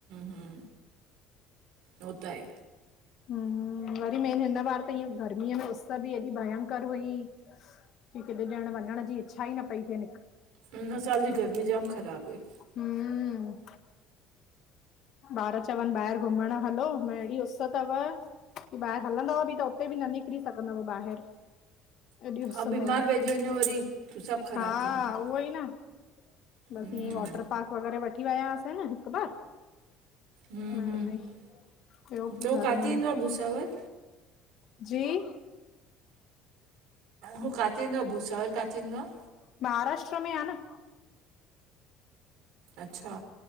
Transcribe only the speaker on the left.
हूं वरी मेन हिन बार त इअं गर्मीअ में उस बि हेॾी भयंकर हुई। की किॾे डेयण वञण जी इच्छा ई न पई थे।
हूं, ॿार चवनि ॿाहिर घुमण हलो भ ड़ी उस पतो तव की ॿाहिर हलंदव बि त उते बि न निकिरी सघंदव ॿाहिर। एॾी उस
तव,
हा
उहो ई न। बसि
ईअ वॉटर पार्क वग़ैरा वठी विया हुआसे न हिक बार।
न हाणे,
ॿियो
घर
में ई।
जी,
महाराष्ट्र में आ न।